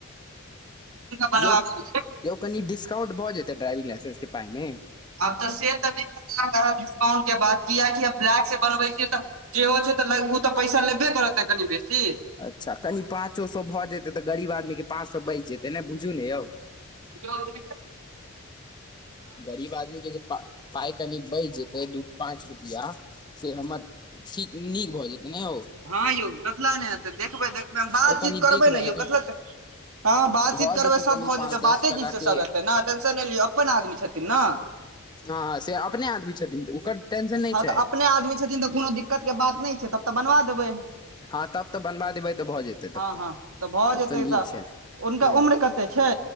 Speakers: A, on the right; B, on the left.
A: बनबाबै
B: यौ यौ कनि डिस्काउंट भऽ जेते ड्राइविंग लाइसेंस के पाई मे
A: आब तऽ से तऽ नय पता डिस्काउंट के बात कियकि ब्लैक से बनबै छीय तऽ जे हो छै ओ तऽ पैसा लेबे करत न कनि बेसी
B: अच्छा कनि पाँचो सए भऽ जेतै तऽ गरीब आदमीक के पाँच सए बचि जेतै ने बुझू ने यौ
A: <inaudible>
B: गरीब आदमी के जे पाय कनि बैच जेतै दू पाँच रुपया से हमर ठीक नीक भऽ जेतै ने औ
A: हँ यौ कथिला नहि हेतै देखबै देखबै बातचीत
B: यौ कनि
A: करबै
B: देखबै
A: ने यौ
B: अगर
A: कथिला न हँ बातचीत
B: भऽ
A: करबै
B: जेतै
A: सभ
B: कनि
A: भऽ
B: पाँच
A: जेतै बाते
B: दस टका
A: चीजसँ
B: के
A: सभ हेतै ने टेंशन नहि लियौ अपन आदमी छथिन ने
B: हँ हँ से अपने आदमी छथिन तऽ ओकर टेंशन नहि
A: हँ
B: छै
A: तऽ अपने आदमी छथिन तऽ कोनो दिक्कतके बात नहि छै तब तऽ बनवा देबै
B: हँ तब तऽ बनबा देबै तऽ भऽ जेतै
A: हँ
B: तब तऽ
A: हँ भऽ
B: तब
A: जेतै
B: तऽ नीक छै
A: हुनका
B: हूँ
A: उम्र कते छै